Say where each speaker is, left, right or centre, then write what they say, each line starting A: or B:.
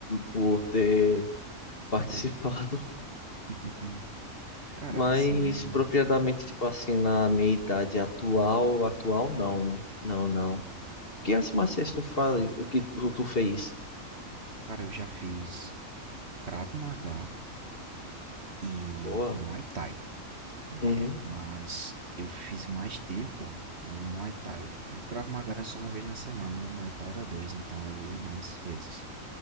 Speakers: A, on the left (about 45°); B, on the right (about 50°).
A: por ter participado,
B: tudo bem.
A: <laughs>
B: <laughs> Cara,
A: mas
B: assim é.
A: propriamente, tipo assim, na minha idade atual, atual não, não, não. Que as marciais
B: Não.
A: tu faz, que tu, tu fez?
B: Cara, eu já fiz Krav Maga e
A: Boa.
B: Muay Thai. né?
A: Uhum,
B: Mas eu fiz mais tempo no Muay Thai. E o Krav Maga era só uma vez na semana, o Muay Thai era dois, então eu ia mais vezes.